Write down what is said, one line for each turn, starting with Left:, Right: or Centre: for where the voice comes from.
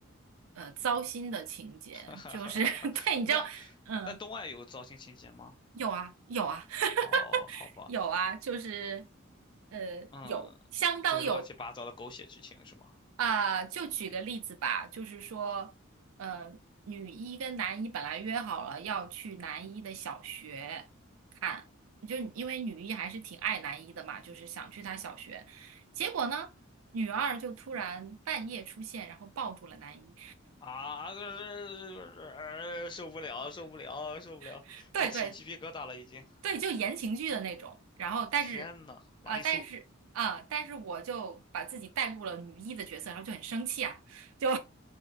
Right: 呃糟心的情节，
Left: <laughs>
Right: 就是 <laughs> 对，你知道，
Left: 那
Right: 嗯。
Left: 那东爱有糟心情节吗？
Right: 有啊，有啊，<laughs>
Left: 哦，好吧，
Right: 有啊，就是呃，
Left: 嗯，
Right: 有相当有
Left: 就是乱七八糟的狗血剧情是吗？
Right: 啊、就举个例子吧，就是说，呃，女一跟男一本来约好了要去男一的小学看，就因为女一还是挺爱男一的嘛，就是想去他小学，结果呢，女二就突然半夜出现，然后抱住了男一。
Left: 啊，就是呃受不了，受不了，受不了，
Right: <laughs> 对对，
Left: 这起鸡皮疙瘩了已经。
Right: 对，就言情剧的那种。然后，但是，
Left: 天呐，玛丽苏，
Right: 啊、但是啊、但是我就把自己带入了女一的角色，然后就很生气啊，就